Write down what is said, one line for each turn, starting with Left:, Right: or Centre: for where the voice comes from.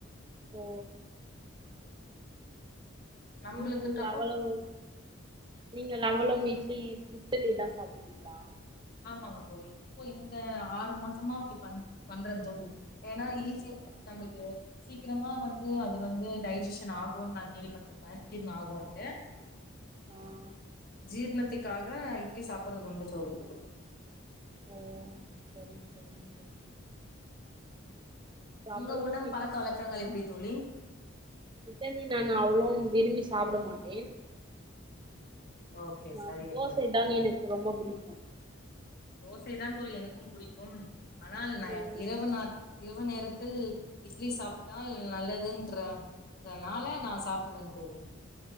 Right: கே
Left: நம்மளுக்குன்றப்போ
Right: நீங்களு அவளும் நீங்கள் அவளும் இட்லி இட்டிலி தா சாப்டுவீங்ளா
Left: ஆமாங்க தோழி இப்ப இந்த ஆறு மாசமா அப்டி பண் பண்றந் தோழி ஏனா ஈஸியா நம்மள்க்கு சீக்கிரமா வந்து அது வந்து டைஜஷன் ஆவுன் நா கேள்விப்பட்ருக் டைம்க்கு ஜீர்ண ஆகுன்ட்டு
Right: ஆ
Left: ஜீர்ணத்துக்காக இட்லி சாப்புட்றது உண்டு தோழி
Right: ஓ சரி சரி சரி
Left: உங்க
Right: அவ்வளவும்
Left: உணவு பழக்க வழக்கங்கள் எப்டி தோழி
Right: சிக்கன் பிரியாணி அவ்ளோ விரும்பி சாப்ட மாட்டேன்
Left: ஓகே
Right: அ
Left: சரிங்க
Right: தோசை
Left: தோழி
Right: தான் எனக்கு ரொம்ப பிடிக்கும்
Left: தோசை தா தோழி எனக்கும் புடிக்கும் ஆனால் நா
Right: ம்
Left: இரவு நேர இரவு நேரத்தில் இட்லி சாப்ட்டால் நல்லதுன்ற தனால நா சாப்புறன் தோழி